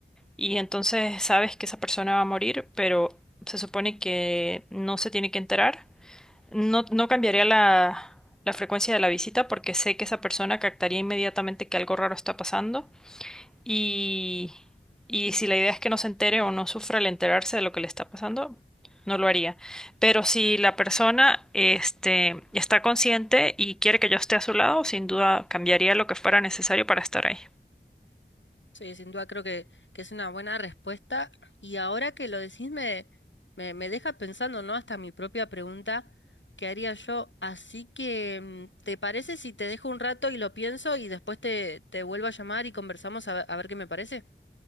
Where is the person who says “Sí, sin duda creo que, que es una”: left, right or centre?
Left